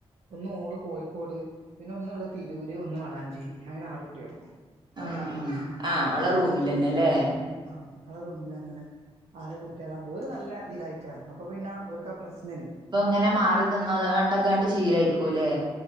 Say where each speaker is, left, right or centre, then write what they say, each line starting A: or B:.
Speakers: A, on the right; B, on the right.
A: ഒന്ന് ഓട് കോഴിക്കോട് പിന്നെ ഒന്നുള്ള തിരൂര് ഒന്ന് വളാഞ്ചേരി അങ്ങനെ ആറുട്ടിയാണ്
B: ആഹ് ആഹ് ആഹ് ഓളെ റൂമില്ലന്നെ അല്ലേ
A: ആഹ് ഓളെ റൂമിലെന്നെ ആറ് കുട്ടികളാക്പോ ഒരു നല്ല രതിലായിട്ടാണ് അപ്പൊ പിന്നെ അവർക്ക ആഹ് പ്രശ്നം ഇല്ല
B: ഇപ്പൊ ഇങ്ങനെ മാറി നിന്ന കണ്ടൊക്കെ കണ്ട് ശീലമായിക്കൂല്ലേ